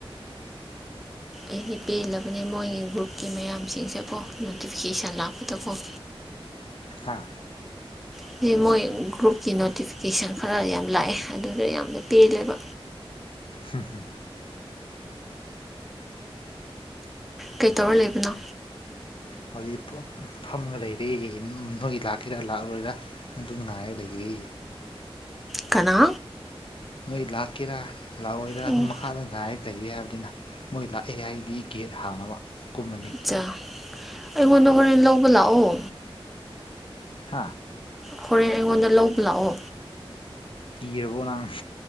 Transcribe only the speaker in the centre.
ꯑꯩꯗꯤ ꯄꯦꯜꯂꯕꯅꯦ ꯃꯣꯏꯒꯤ ꯒ꯭ꯔꯨꯞꯀꯤ ꯃꯌꯥꯝꯁꯤꯡꯁꯦꯀꯣ ꯅꯣꯇꯤꯐꯤꯀꯦꯁꯟ ꯂꯥꯛꯄꯗꯀꯣ
ꯁꯤ ꯃꯣꯏ ꯒ꯭ꯔꯨꯞꯀꯤ ꯅꯣꯇꯤꯐꯤꯀꯦꯁꯟ ꯈꯔ ꯌꯥꯝ ꯂꯥꯛꯑꯦ ꯑꯗꯨꯗ ꯌꯥꯝꯅ ꯄꯦꯜꯂꯦꯕ
ꯀꯩꯇꯧꯔ ꯂꯩꯕꯅꯣ
ꯀꯅꯥ
ꯑꯣ
ꯑꯠꯆꯥ ꯑꯩꯉꯣꯟꯗ ꯍꯣꯔꯦꯟ ꯂꯧꯕ ꯂꯥꯛꯑꯣ
ꯍꯣꯔꯦꯟ ꯑꯩꯉꯣꯟꯗ ꯂꯧꯕ ꯂꯥꯛꯑꯣ